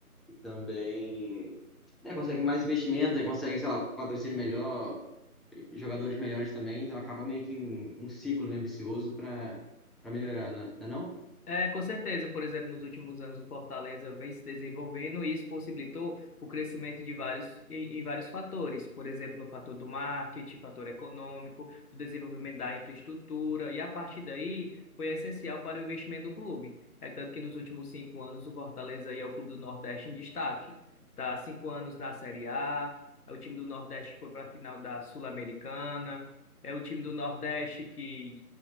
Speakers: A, in the centre; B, on the left (about 80°).
A: e também né, consegue mais investimento, aí consegue, sei lá, patrocínio melhor, jogadores melhores também, então acaba meio que um, um ciclo, né, vicioso para para melhorar, né? não é não? é
B: É, com certeza, por exemplo, nos últimos anos o Fortaleza vem se desenvolvendo e isso possibilitou o crescimento de vários, em, em vários fatores, por exemplo, no fator do marketing, fator econômico, o desenvolvimento da infraestrutura, e a partir daí foi essencial para o investimento do clube. É tanto que nos últimos cinco anos o Fortaleza aí é o clube do Nordeste em destaque. Tá há cinco anos na Série A, é o time do Nordeste que foi para a final da Sul-Americana, é o time do Nordeste que